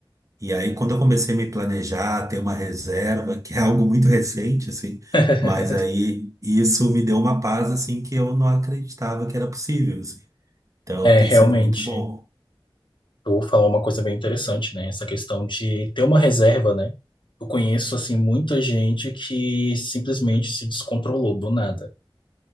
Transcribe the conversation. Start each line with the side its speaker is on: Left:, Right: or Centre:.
Right: E aí, quando eu comecei a me planejar, ter uma reserva, que é algo muito recente, assim,
Left: <laughs>
Right: mas aí isso me deu uma paz, assim, que eu não acreditava que era possível, assim. Então,
Left: É,
Right: tem
Left: realmente.
Right: sido muito bom.
Left: Tu falou uma coisa bem interessante, né? Essa questão de ter uma reserva, né? Eu conheço, assim, muita gente que simplesmente se descontrolou do nada.